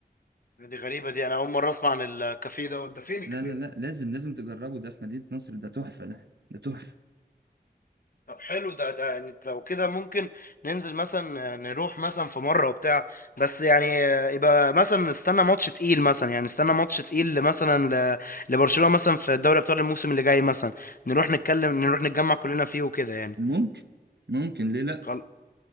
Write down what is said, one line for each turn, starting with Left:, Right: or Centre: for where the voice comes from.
Left: دي غريبه دي انا اول مره اسمع عن الكافيه ده ده فين الكافيه
Right: لا لا لا
Left: ده
Right: لازم لازم تجربه ده في مدينة نصر ده تحفة ده ده تحفة
Left: طب حلو ده ده يعني لو كده ممكن ننزل مثلا نروح مثلا في مرة وبتاع بس يعني يبقى مثلا نستنى ماتش تقيل مثلا يعني نستنى ماتش تقيل مثلا ل- لبرشلونة مثلا في دوري ابطال الموسم اللي جاي مثلا نروح نتكلم نروح نتجمع كلنا فيه وكده يعني
Right: ممكن ممكن ليه لا
Left: خل-